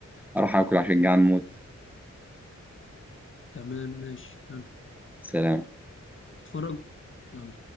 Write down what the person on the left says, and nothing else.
تمام ماشي يلا
اتفرج يلا